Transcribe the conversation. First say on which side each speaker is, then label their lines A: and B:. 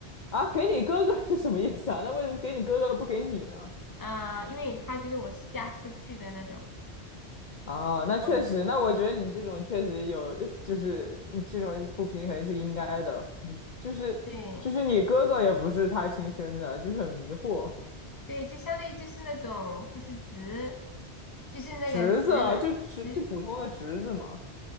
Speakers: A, on the left; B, on the left.
A: 啊，给你哥哥是什么意思啊？那为什么给你哥哥不给你呢？
B: 啊、因为他觉得我是嫁出去的那种，
A: 啊，那确实，
B: 我
A: 那我觉得你这种确实有，就是你这种不平衡是应该的。你就是就是你哥哥也不是他亲生的，
B: 对
A: 就是很迷惑。
B: 对，就相当于就是那种就是直，就是那个直男直
A: 侄子啊就侄就普通的侄子嘛。